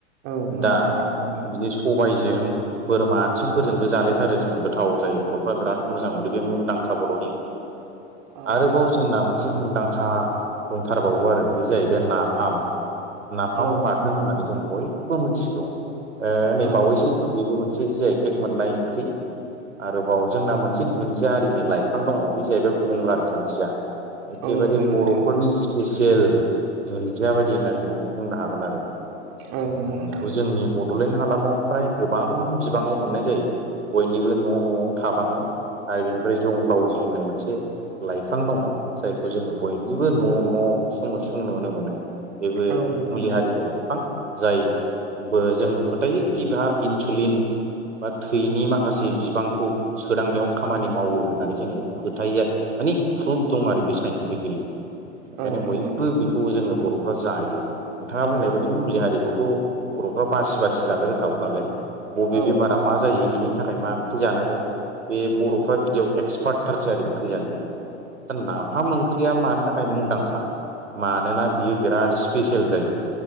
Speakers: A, on the right; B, on the right.
A: औ नंगौ
B: दा
A: नोंथां थारैनो
B: बिदि सबायजों बोरमा आथिंफोरजोंबो जालायथारो जोङो गोथाव जायो बर'फ्रा बिराद मोजां मोनो बे मुंदांखा बर'नि
A: औ
B: आरोबाव
A: नंगौ
B: जोंना मोनसे एसे मुंदांखा दंथारबावो आरो बे जाहैबाय नाफाम नाफाम
A: औ नंगौ
B: बाथोन
A: नोंथां
B: होननानै जों बयबो मिथिगौ ओ नै
A: औ
B: बावैसो
A: नंगौ नोंथां
B: बेबो मोनसे जि आइ तेक मोननाय ओंख्रि आरोबाव जोंना मोनसे दुन्दिया हारिनि लाइफां दङ बे जाहैबाय गंगार दुन्दिया एखेबारे
A: औ नंगौ
B: बर'फोरनि
A: नोंथां
B: स्पेसियेल दुुनदिया बायदि होननानै जों बेखौ बुंनो हागोन आरो
A: औ नंगौ नोंथां
B: बेखौ जोंनि बड'लेण्ड हालामाव फ्राय गोबां बिबाङाव मोननाय जायो बयनिबो न' न'वावनो थाबाङो आरो बेनिफ्राय जंग्लाावरि होननाय मोनसे लाइफां दङ जायखौ जोङो बयनिबो न' न' उसुं उसुं नुनो मोनो बेबो
A: औ नंगौ
B: मुलि
A: नोंथां
B: हारिनि लाइफां जायबो जोङो फोथायो कि बेहा इनसुुलिन बा थैनि माखासे बिबांखौ सोदांनायाव खामानि मावो होननानै जोङो फोथायो माने प्रुफ दं आरो बे साइन्टिफिकेलि ओंखायनो
A: औ नंगौ
B: बयबो
A: नोंथां
B: बेखौ जोङो बर' बर'फोरा जायो नोंथाङा बुंनाय
A: औ
B: बायदि मुलि हारिखौथ' बर'फ्रा बासि बासि जानो रोंखागौ नालाय बबे
A: औ
B: बेमारा मा जायो बिनि थाखाय मा ओंख्रि जानांगौ बे बर'फ्रा बिदियाव एक्सपार्ट थारसै आरो ओंख्रि जानायाव दा नाफाम ओंख्रिया मानि थाखाय मुंदांखा मानोना बियो बिराद स्पेसियेल जायो